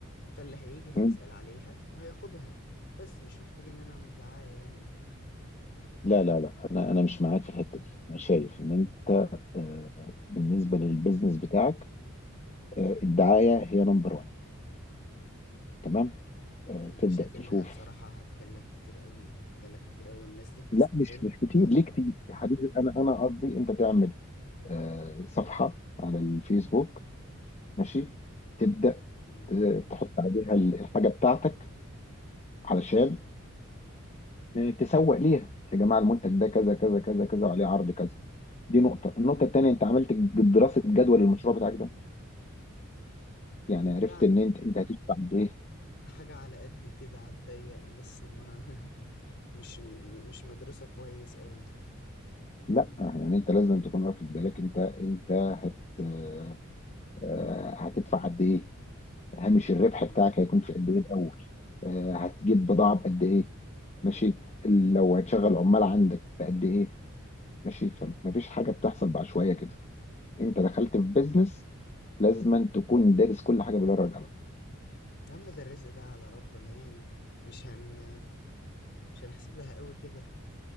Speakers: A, on the left; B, on the left.
A: فاللي هيجي هيسأل
B: مم.
A: عليها وهياخدها بس مش محتاج ان انا اعمل دعاية يعني
B: لا لا لا انا انا مش معاك في الحته دي انا شايف ان انت آه، بالنسبه للبيزنس بتاعك آه، الدعايه هي نمبر 1 تمام آه،
A: ما انا
B: تبدا
A: شايف
B: تشوف
A: انها بصراحة هتكلف كتير قوي هتكلف كتير قوي الناس دي بتستغل
B: لا مش مش كتير
A: بتاع
B: ليه
A: الماركتينج
B: كتير يا حبيبي انا انا قصدي انت تعمل آه، صفحه على الفيسبوك ماشي تبدا
A: مم.
B: ت- تحط عليها ال- الحاجه بتاعتك علشان آه، تسوق ليها يا جماعه المنتج ده كذا كذا كذا كذا وعليه عرض كذا دي نقطه النقطه الثانيه انت عملت ج- دراسه جدوى للمشروع بتاعك ده يعني عرفت
A: يعني
B: ان انت انت هتدفع قد ايه
A: حاجة على قد كده على الضيق لسه ما <laughs> مش مش مدرسة كويس قوي
B: لا يعني انت لازم تكون واخد بالك انت انت هت آه، آه، هتدفع قد ايه هامش الربح
A: مم.
B: بتاعك هيكون في قد ايه الاول آه، هتجيب بضاعه بقد ايه ماشي لو هتشغل عمال عندك بقد ايه ماشي فمفيش حاجه بتحصل بعشوائيه كده انت دخلت في بيزنس لازما تكون دارس كل حاجه بالورقه والقلم
A: يا عم ده الرزق ده على ربنا يعني مش هن مش هنحسب لها قوي كده